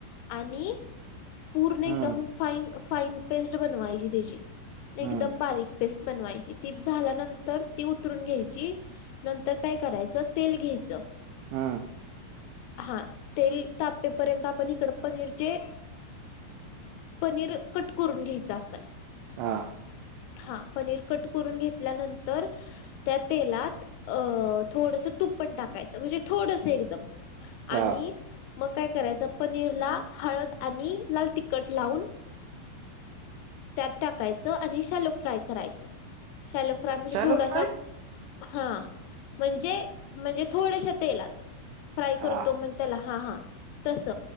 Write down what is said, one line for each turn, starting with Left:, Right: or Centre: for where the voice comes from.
Left: आणि पूर्ण एकदम
Right: हम्म
Left: फाईन फाईन पेस्ट बनवायची त्याची एकदम
Right: हम्म
Left: बारीक पेस्ट बनवायची ती झाल्यानंतर ती उतरून घ्यायची नंतर काय करायचं तेल घ्यायचं
Right: हम्म
Left: हा तेल तापेपर्यंत आपण इकड पनीरचे पनीर कट करून घ्यायचं आपण
Right: हा
Left: हा पनीर कट करून घेतल्यानंतर त्या तेलात अ थोडसं तूप पण टाकायचं म्हणजे थोडस एकदम
Right: हा
Left: आणि मग काय करायचं पनीर ला हळद आणि लाल तिखट लावून त्यात टाकायच आणि शलो फ्राय करायच शलो फ्राय म्हणजे
Right: शॅलो
Left: थोडासा
Right: फ्राय
Left: हा म्हणजे म्हणजे थोड्याश तेलात फ्राय
Right: हा
Left: करतो मग त्याला हा हा तस